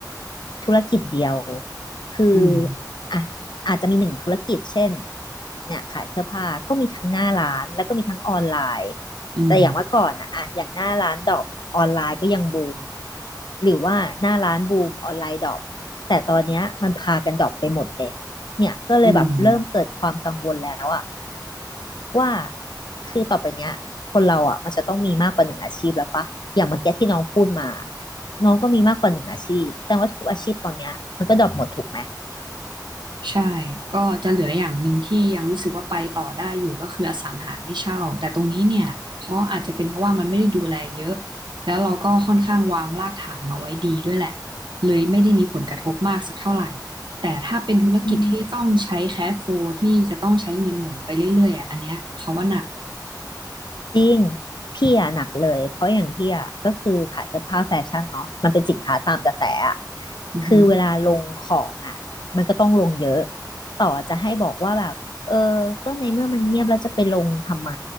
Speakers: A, on the left (about 75°); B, on the right (about 85°).
A: ธุรกิจเดียวคือ
B: อืม
A: อ่ะอาจจะมีหนึ่งธุรกิจเช่นเนี่ยขายเสื้อผ้าก็มีทั้งหน้าร้านแล้วก็มีทั้งออนไลน์
B: อืม
A: แต่อย่างเมื่อก่อนอะอะอย่างหน้าร้านดรอปออนไลน์ก็ยังบูมหรือว่าหน้าร้านบูมออนไลน์ดรอปแต่ตอนเนี้ยมันพากันดรอปไปหมดเลยเนี่ยก็เลยแบบเริ่มเกิดความกังวลแล้วอะ
B: อืม
A: ว่าคือต่อไปเนี้ยคนเราอะมันจะต้องมีมากกว่าหนึ่งอาชีพแล้วปะอย่างเมื่อกี้ที่น้องพูดมา น้องก็มีมากกว่าหนึ่งอาชีพแสดงว่าทุกอาชีพตอนเนี้ยมันก็ดรอปหมดถูกไหม
B: ใช่ ก็จะเหลืออย่างหนึ่งที่ยังรู้สึกว่าไปต่อได้อยู่ก็คืออสังหาให้เช่าแต่ตรงนี้เนี่ยเพราะอาจจะเป็นเพราะว่ามันไม่ได้ดูแลเยอะแล้วเราก็ค่อนข้างวางรากฐานมาไว้ดีด้วยแหละเลยไม่ได้มีผลกระทบมากสักเท่าไหร่แต่ถ้าเป็นธุรกิจที่ต้องใช้แคชโฟลที่จะต้องใช้เงินหมุนไปเรื่อยๆอ่ะอันเนี้ยเขาว่าหนัก
A: อืม จริงพี่อะหนักเลยเพราะอย่างพี่อะก็คือขายเสื้อผ้าแฟชั่นเนาะมันเป็นสินค้าตามกระแสอะ
B: อือหือ
A: คือเวลาลงของอะมันก็ต้องลงเยอะต่อจะให้บอกว่าแบบเออก็ในเมื่อมันเงียบแล้วจะไปลงทำไม